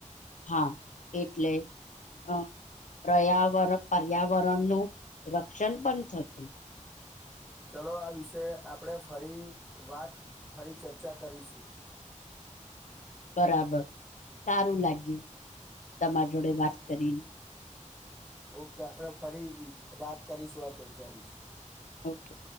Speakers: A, on the left; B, in the centre.
A: હા એટલે અ પર્યાવરણ પર્યાવરણનું રક્ષણ પણ થતું
B: ચલો આ વિષ આપણે ફરી વાત ફરી ચર્ચા કરીશું
A: બરાબર સારું લાગ્યું તમાર જોડે વાત કરીને
B: ઓકે આપણે ફરી વાત કરીશું આ ચર્ચા વિશે
A: ઓકે